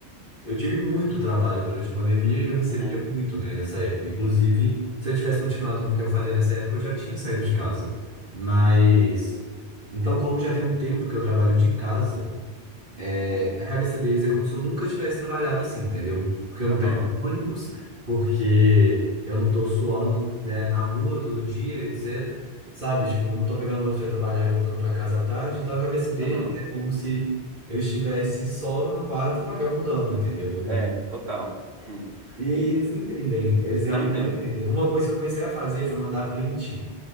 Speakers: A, on the right (about 50°); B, on the right (about 70°).
A: eu tive muito trabalho durante a pandemia e eu recebia
B: Uhum,
A: muito, né, nessa época. Inclusive, se eu tivesse continuado com o que eu fazia nessa época, eu já tinha saído de casa. Mas, então, como já tem um tempo que eu trabalho de casa, é,
B: uhum,
A: na cabeça deles é como se eu nunca tivesse trabalhado assim, entendeu? Porque eu não
B: aham,
A: pego ônibus, porque eu não tô suando, né, na rua todo dia, etc. Sabe? Tipo, eu não tô pegando ônibus pra trabalhar e voltando pra casa à tarde. Então, a cabeça deles
B: aham.
A: é como se eu estivesse só no meu quarto vagabundando, entendeu?
B: É,
A: E,
B: total. Uhum.
A: e
B: E-
A: eles não entendem. Eles realmente
B: não entendem.
A: não entendem. Uma coisa que eu comecei a fazer foi mandar print